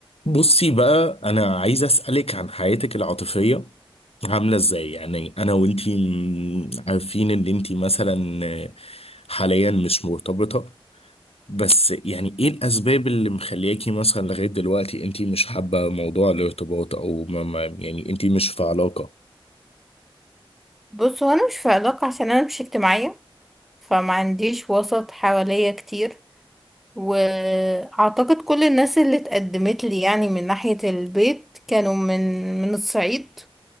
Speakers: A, on the left; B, in the centre.
A: بصي بقى انا عايز اسالك عن حياتك العاطفيه عامله ازاي يعني انا وانتي م- عارفين ان انتي مثلا آه، حاليا مش مرتبطه بس يعني ايه الاسباب اللي مخلياكي مثلا لغايه دلوقتي انتي مش حابه موضوع الارتباط او ما ما يعني انتي مش في علاقه
B: بص هو انا مش في علاقة عشان انا مش اجتماعية فما عنديش وسط حواليا كتير واعتقد كل الناس اللي اتقدمت لي يعني من ناحية البيت كانوا من من الصعيد